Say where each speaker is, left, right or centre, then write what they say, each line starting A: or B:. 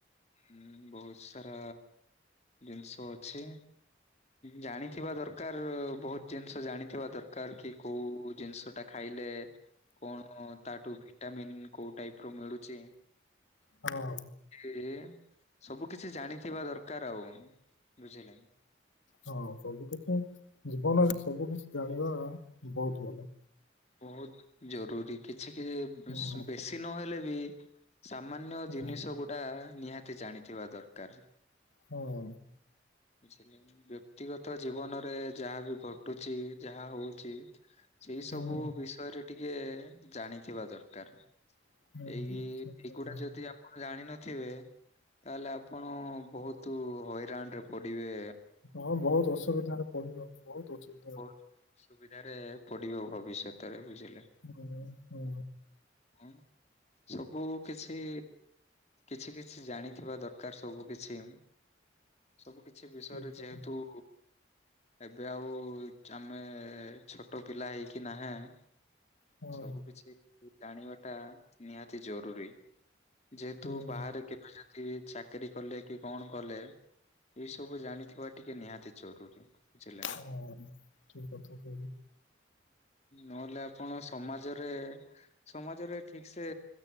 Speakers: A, on the left (about 35°); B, on the left (about 85°).
A: ହୁଁ ବୋହୁତ ସାରା ଜିନିଷ ଅଛି। ଜାଣିଥିବା ଦରକାର ବୋହୁତ ଜିନିଷ ଜାଣିଥିବା ଦରକାର କି କୋଉ ଜିନିଷ ଟା ଖାଇଲେ କଣ ତାଠୁ ଭିଟାମିନ୍ କୋଉ ଟାଇପ୍ ର ମିଳୁଛି।
B: ହଁ
A: ଇଏ ସବୁ କିଛି ଜାଣିଥିବା ଦରକାର ଆଉ ବୁଝିଲେ।
B: ହଁ ସବୁ କିଛି ଜୀବନରେ ସବୁ କିଛି ଜାଣିବା ବୋହୁତ ଭଲ।
A: ବୋହୁତ ଜରୁରୀ କିଛି କିଛି
B: ହଁ
A: ବେଶୀ ନହେଲେ ବି ସାମାନ୍ୟ
B: ହଁ
A: ଜିନିଷ ଗୁଡା ନିହାତି ଜାଣିଥିବା ଦରକାର।
B: ହଁ।
A: ବୁଝିଲେ ବ୍ୟକ୍ତିଗତ ଜୀବନରେ ଯାହା ବି ଘଟୁଛି ଯାହା ହୋ ଉଛି - ସେଇ ସବୁ
B: ହୁଁ
A: ବିଷୟରେ ଟିକେ ଜାଣିଥିବା ଦରକାର।
B: ହୁଁ।
A: ଏଇ
B: ଠିକ୍ କହିଲ।
A: ଏଇଗୁଡା ଯଦି ଆ ଆପଣ ଜାଣିନଥିବେ ତାହେଲେ ଆପଣ ବୋହୁତ ହଇରାଣ ରେ ପଡିବେ।
B: ହଁ ବୋହୁତ ଅସୁବିଧାରେ ପଡିବ ବୋହୁତ ହୋଉଛି।
A: ବୋହୁତ ଅସୁବିଧାରେ ପଡିବ ଭବିଷ୍ୟତରେ ବୁଝିଲେ।
B: ହୁଁ ହୁଁ।
A: ହଁ ସବୁ କିଛି କିଛି କିଛି ଜାଣିଥିବା ଦରକାର ସବୁ କିଛି। ସବୁ କିଛି ବିଷୟରେ
B: ଠିକ କଥା
A: ଯେହେତୁ ଏବେ ଆଉ ଆମେ ଛୋଟ ପିଲା ହେଇକି ନାହେଁ। <inaudible>
B: ହଁ
A: ସବୁ କିଛି ଜାଣିବା ଟା ନିହାତି ଜରୁରୀ ଯେହେତୁ
B: ହୁଁ
A: ବାହାରେ କେବେ ଯଦି ଚାକିରୀ କଲେ କି କଣ କଲେ ଏଇ ସବୁ ଜାଣି ଥିବା ଟିକେ ନିହାତି ଜରୁରୀ ବୁଝିଲେନା?
B: ହଁ। ଠିକ କଥା କହିଲୁ
A: ନହେଲେ ଆପଣ ସମାଜରେ ସମାଜରେ ଠିକ୍ ସେ